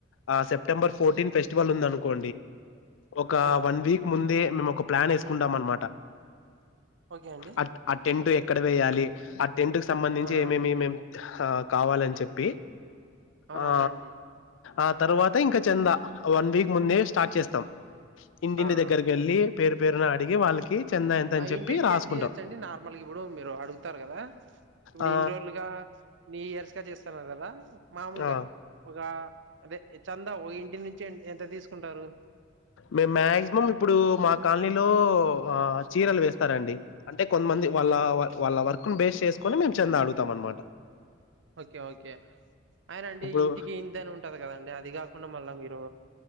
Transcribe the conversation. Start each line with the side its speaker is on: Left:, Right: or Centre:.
Left: ఆ సెప్టెంబర్ ఫోర్టీన్ ఫెస్టివల్ ఉంది అనుకో ఒక
Right: ఆ
Left: వన్ వీక్ ముందే మేము ఒక ప్లాన్ వేసుకుంటాం అనమాట
Right: ఓకే అండి
Left: ఆ ఆ టెంట్ ఎక్కడ వేయాలి ఆ టెంట్ క సంబంధించి
Right: ఆ
Left: ఏమేమి
Right: ఆ
Left: మేం ఆ కావాలని చెప్పి
Right: అవునవునండి
Left: ఆ ఆ తర్వాత ఇంకా చెంద వన్ వీక్ ముందే స్టార్ట్ చేస్తం ఇంటింటి
Right: ఆ
Left: దగ్గరికి
Right: ఆ
Left: వెళ్ళి పేరు పేరున అడిగి
Right: ఓకే
Left: వాళ్ళకి చెందా ఎంత
Right: ఆ
Left: అని చెప్పి
Right: ఇంటింటికి
Left: రాసుకుంటాం
Right: ఎంత ఇయొచ్చండి నార్మల్గా ఇప్పుడు మీరు అడుగుతారు కదా ఇప్పుడు
Left: ఆ
Right: ఇన్ని రోజులుగా నీ ఇయర్స్ గా చేస్తున్నారు కదా మామూలుగా
Left: ఆ
Right: ఒక అదే చంద ఒక ఇంటి నుంచి ఎంత తీసుకుంటారు
Left: మేము మాక్సిమం ఇప్పుడు మా కాలనీలో చీరలు వేస్తారంండి అంటే కొంతమంది వాళ్ళ వాళ్ళ వర్క్ ను బేస్ చేసుకొని మేము చెంద అడుగుతాం అనమాట
Right: ఓకే ఓకే అయిన అండి
Left: ఇప్పుడు
Right: ఇంటికి ఇంతని ఉంటది కదండి అది కాకుండా మళ్ళా మీరు